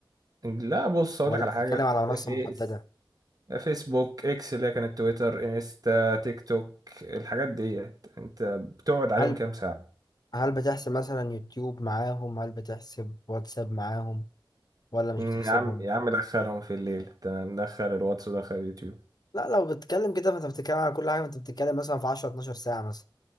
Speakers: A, on the right; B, on the left.
A: لا بص اقول
B: ولا
A: لك على
B: بتتكلم
A: حاجة
B: على منصة
A: فيس
B: محددة
A: فيسبوك اكس اللي هي كانت تويتر انستا تيك توك الحاجات ديت انت بتقعد عليهم
B: هل
A: كام ساعة
B: هل بتحسب مثلا يوتيوب معاهم هل بتحسب واتساب معاهم ولا مش
A: مم،
B: بتحسبهم
A: يا عم يا عم دخلهم في الليل تمام دخل الواتس ودخل اليوتيوب
B: لا لو بتتكلم كده فأنت بتتكلم على كل حاجة أنت بتتكلم مثلا في 10 12 ساعة مثلا